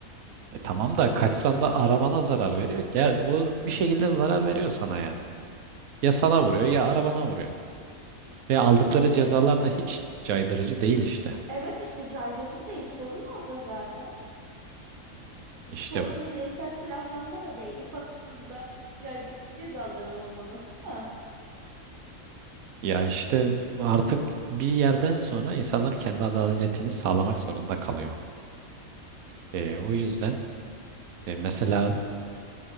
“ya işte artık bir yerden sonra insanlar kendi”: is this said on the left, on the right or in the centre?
Right